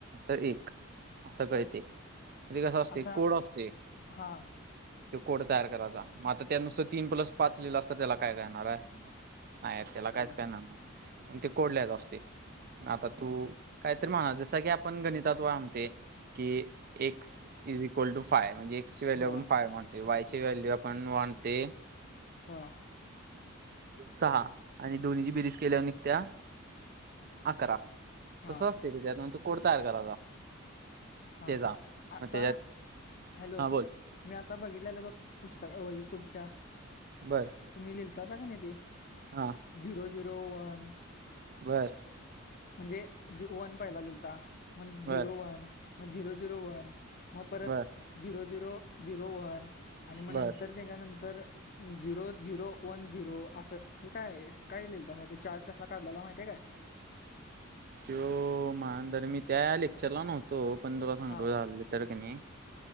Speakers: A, on the right; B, on the left.
A: तर एक असं कळते म्हणजे कसं असते
B: आता
A: कोड असते.
B: हा.
A: तो कोड तयार करायचा, मग आता त्यानुसार तीन प्लस पाच लिहिलेलं असता त्याला काय करणार आहे? नाही त्याला
B: होय
A: काहीच करणार नाही पण ते कोड लिहायचा असते. आता तू कायतरी म्हणा जस की आपण गणितात वाबते की x. Is equal to five म्हणजे एक्स ची व्हल्यू
B: हा
A: आपण फाय चीं व्हॅल्यू मांडली आपण मांडले.
B: हा
A: सहा आणि दोन्हीची बेरीज केल्यावर निघत्या अकरा.
B: हा
A: तसं असते ते त्यात कोड तयार करायचा.
B: हा-हा
A: त्याचा
B: आता
A: मग त्याच्यात
B: हॅलो
A: हा बोल
B: मी आता बघितलेलं बघ पुस्तक वही तुमच्या
A: बर
B: तुम्ही लिहितासा का नाही ते
A: हा
B: झिरो- झिरो वन.
A: बरं
B: म्हणजे वन पहिला लिहीलता, मग
A: बर
B: झिरो वन, मग झिरो झिरो वन, मग परत
A: बर
B: झिरो -झिरो -झिरो वन आणि मग
A: बर
B: नंतर त्याच्यानंतर झिरो झिरो वन झिरो असं हे काय- काय लिईल तसा ते चार्ट कसला काढलाला माहितीय काय?
A: तो मग तर मी त्या लेक्चरला नव्हतो पण तुला सांग
B: हा
A: झा- तर कीं नाही,